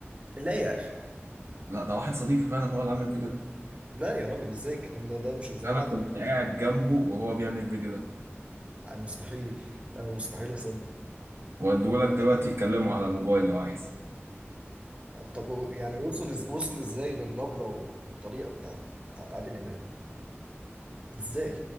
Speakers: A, on the right; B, on the right.
A: لا يا أخي
B: لا ده واحد صديقي فعلا هو اللي عامل الفيديو ده
A: لا يا راجل إزاي الكلام ده ده مش الزعيم
B: انا
A: عادل
B: كنت
A: إمام
B: قاعد جنبه وهو بيعمل الفيديو ده
A: آه، مستحيل آه، مستحيل أصدق
B: واديهولك دلوقتي تكلمه على الموبايل لو عايز
A: طب هو- يعني وصل إز- وصل ازاي للنبرة والطريقة بتاعت بتاعت عادل إمام ازاي